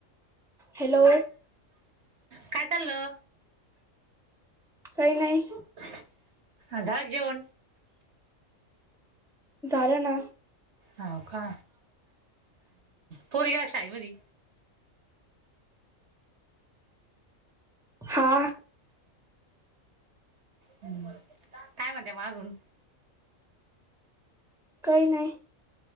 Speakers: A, in the centre; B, on the right.
A: हॅलो
B: काय चाललं.
A: काही नाही.
B: झालं का जेवण.
A: झालं ना.
B: होव का पोरी गेल्या शाळेमध्ये.
A: हा.
B: काय म्हणते मग अजून.
A: काही नाही.